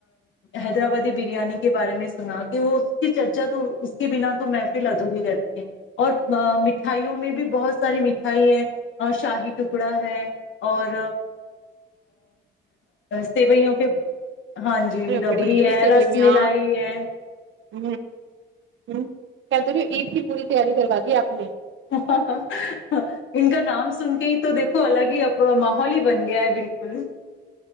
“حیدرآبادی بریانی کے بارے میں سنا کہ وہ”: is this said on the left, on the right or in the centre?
Left